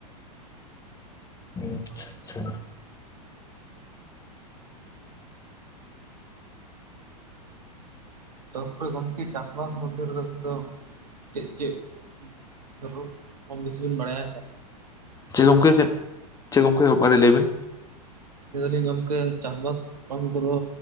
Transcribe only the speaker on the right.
ᱛᱟᱨᱯᱚᱨᱮ ᱜᱚᱢᱠᱮ ᱪᱟᱥᱵᱟᱥ ᱢᱚᱫᱽᱫᱷᱮ ᱨᱮᱫᱚ ᱫᱚ ᱪᱮᱫ ᱪᱮᱫ ᱛᱚᱵᱩ ᱠᱚᱢ ᱵᱤᱥᱤᱵᱤᱱ ᱵᱟᱲᱟᱭᱟ ᱛᱚ
ᱞᱟᱹᱭ ᱫᱟᱞᱤᱧ ᱜᱚᱢᱠᱮ ᱪᱟᱥᱵᱟᱥ ᱠᱟᱹᱢᱤ ᱠᱚᱫᱚ